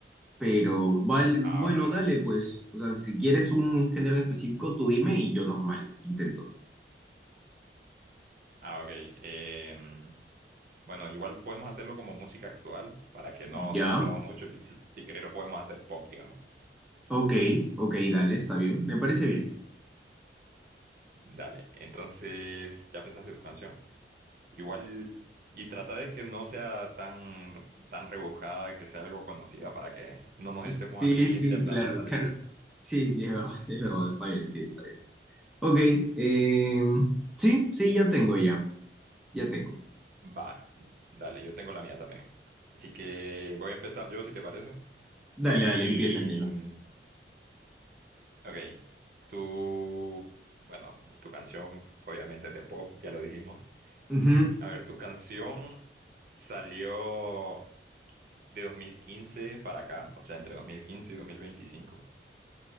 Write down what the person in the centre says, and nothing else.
pero vale,
bueno,
dale pues. O sea, si quieres un género en específico, tú dime y yo normal, intento.
Ya,
ok, ok, dale, está bien, me parece bien.
Sí,
sí, claro, claro. Sí, sí, es verdad, <laughs> es verdad, está bien, sí, está bien. Ok, em, sí, sí, ya tengo ya, ya tengo.
Dale,
dale, empieza, Y empieza.
Ujú.